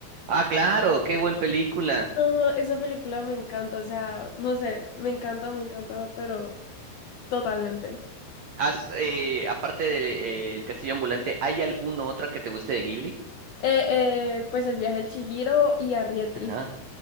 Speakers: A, on the right (about 75°); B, on the left (about 80°).
A: Ah, claro, qué buena película.
B: No, esa película me encanta, o sea, no sé, me encanta, me encanta, pero totalmente.
A: Has, eh, aparte de eh, El Castillo Ambulante, ¿hay alguna otra que te guste de Ghibli?
B: Eh, eh, pues el viaje de Chihiro y Arrietty.
A: Ajá.